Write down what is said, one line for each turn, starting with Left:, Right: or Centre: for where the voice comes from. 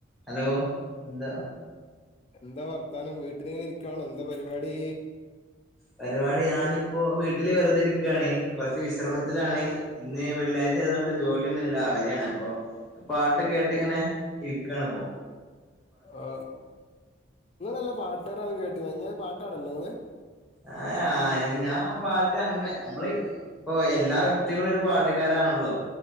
Centre: ഹലോ ന്താ
Left: എന്താ വർത്താനം വീട്ടിനിങ്ങനെ ഇരിക്കുവാണോ എന്താ പരിപാടി
Centre: പരിപാടി ഞാനിപ്പോ വീട്ടില് വെറുതേ ഇരിക്കുവാണ് കൊറച്ച് വിശ്രമത്തിലാണ് ഇന്ന് വെള്ളിയാഴ് ചെയ്തൊണ്ട് ജോലിയൊന്നും ഇല്ല അവധിയാണ് അപ്പൊ പാട്ട് കേട്ട് ഇങ്ങനെ ഇരിക്കാണ് ഇപ്പൊ
Left: ആ ഇങ്ങളല്ല പാട്ടുകാരനാന്ന് കേട്ടന്ന് ഇങ്ങ് പാട്ടാടല്ലോ നിങ്ങള്
Centre: ആ ഞാ ഞാൻ പാട്ട് അങ്ങനെ നമ്മള് ഇപ്പൊ എല്ലാ വ്യക്തികളും ഒരു പാട്ടുകാരാണല്ലോ